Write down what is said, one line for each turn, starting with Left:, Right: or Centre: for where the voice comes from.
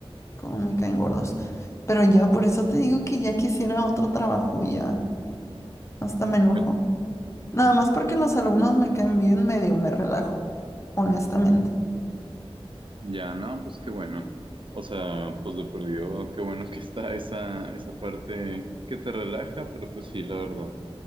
Left: cómo me caen gordos. Pero ya, por eso te digo que ya quisiera otro trabajo, ya, hasta me enojo.
Right: Pero
Left: Nada más porque los alumnos me caen bien, medio me relajo, honestamente.
Right: ya, no, pues qué bueno. O sea, pues de perdido, qué bueno que está esa, esa parte que te relaja, pero pues sí, la verdad.